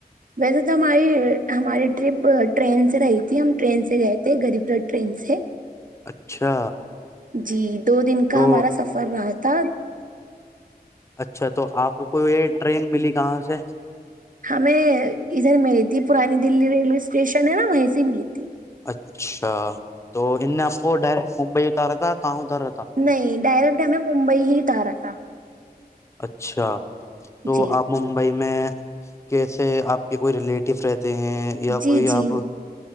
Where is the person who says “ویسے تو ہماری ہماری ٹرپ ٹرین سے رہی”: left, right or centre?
Right